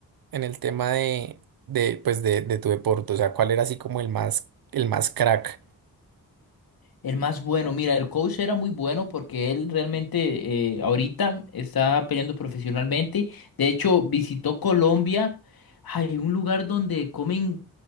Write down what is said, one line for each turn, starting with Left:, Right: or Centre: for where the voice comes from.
Right: en el tema de, de pues de, de tu deporte? O sea, ¿cuál era así como el más, el más crack?
Left: El más bueno, mira, el coach era muy bueno porque él realmente eh, ahorita está peleando profesionalmente. De hecho, visitó Colombia. Hay un lugar donde comen